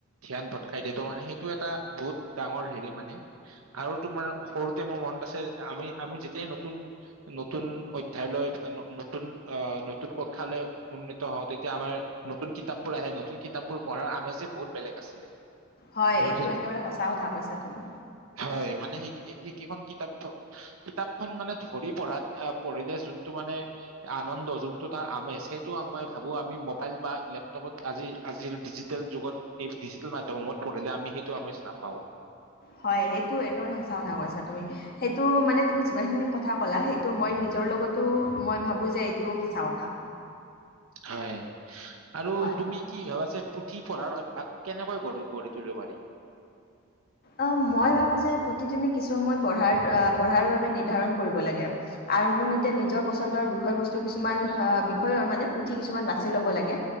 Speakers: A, on the right; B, on the left.
A: ধ্যান ভটকাই দিয়ে ত' মানে সেইটো এটা বহুত ডাঙৰ হেৰি মানে। আৰু তোমাৰ সৰুতে মোৰ মনত আছে আমি, আমি যেতিয়াই নতুন নতুন অধ্যয়ালৈ ন-নতুন আহ নতুন কক্ষালৈ উন্নীত হওঁ, তেতিয়া আমাৰ নতুন কিতাপবোৰ আহে, নতুন কিতাপবোৰ পঢ়াৰ আমেজে বহুত বেলেগ আছিলে।
B: হয়
A: তোমাৰ
B: এইটো
A: সেই
B: একেবাৰে সঁচা কথা কৈছা তুমি।
A: হয় মানে, সেই সেই কেইখন কিতাপথক কিতাপখন মানে ধৰি পঢ়াত, পঢ়িলে যোনটো মানে আনন্দ, যোনটো তাৰ আমেজ সেইটো মই ভাবোঁ আমি মোবাইল বা লেপটপত আজি, আজিৰ ডিজি টেল যুগত, এই ডিজিটেল মাধ্যমসমূহত পঢ়িলে আমি সেইটো আমেজ নাপাওঁ।
B: হয় সেইটোৱে, একেবাৰে সঁচা কথা কৈছা তুমি। সেইটো মানে তুমি যিমানখিনি কথা ক'লা, সেইটো মই নিজৰ লগতো মই ভাবোঁ যে এইটো সঁচা কথা।
A: হয় আৰু
B: হয়।
A: তুমি কি ভাব আছে, পুথি পঢ়াৰ অভ্যাস কেনেকৈ গঢ়ি গঢ়ি তুলিব পাৰি।
B: অ' মই ভাবোঁ যে প্ৰতিদিনে কিছু সময় পঢ়াৰ আহ পঢ়াৰ বাবে নিৰ্ধাৰণ কৰিব লাগে। আৰম্ভণিতে নিজৰ পচন্দৰ বিষয় বস্তু কিছুমান আহ- বিষয়ৰ মানে পুথি কিছুমান বাছি ল'ব লাগে